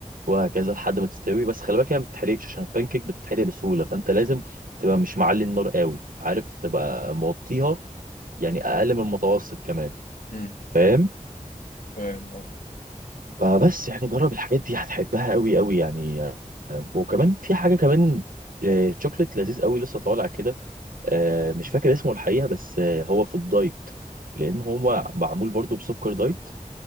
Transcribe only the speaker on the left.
مم.
فاهم آه.